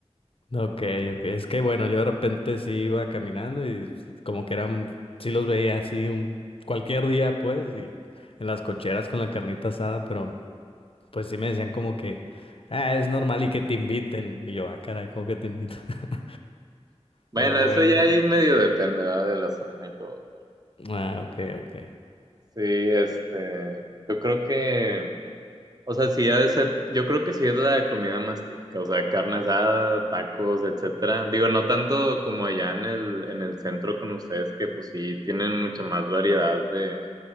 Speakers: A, on the left; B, on the right.
A: Ok, ok. Es que bueno, yo de repente sí iba caminando y como que eran, sí los veía así un cualquier día, pues, y en las cocheras con la carnita asada, pero pues sí me decían como que, ah, es normal y que te inviten. Y yo, ah, caray, ¿cómo que te invitan? <laughs>
B: Bueno,
A: Pero bueno.
B: eso ya ahí medio depende, ¿verdad? De la zona y todo.
A: Ah, ok, ok.
B: Sí, este, yo creo que, o sea, sí ha de ser, yo creo que sí es la comida más típica, o sea, carne asada, tacos, etcétera. Digo, no tanto como allá en el, en el centro con ustedes, que pues sí tienen mucha más variedad de,